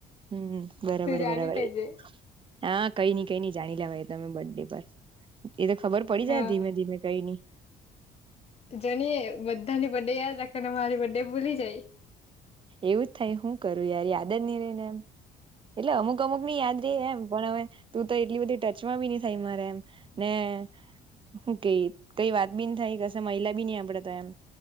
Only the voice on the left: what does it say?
તું જાણી
લેજે
હા
જોની બધાની બર્ ડે યાદ રાખે ને મારી બર્ ડે ભૂલી જાય.